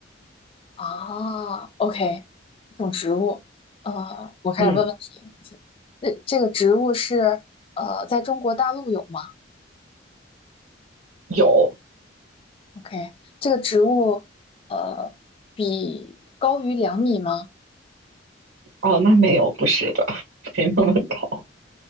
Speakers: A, on the left (about 30°); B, on the right (about 70°).
A: 啊，OK，一种植物，呃，我开始问问题。
B: 嗯，
A: 那这个植物是呃，在中国大陆有吗
B: 有。
A: ？OK，这个植物呃，比高于两米吗？
B: 哦，那没有，不是的，<laughs> 没那么高，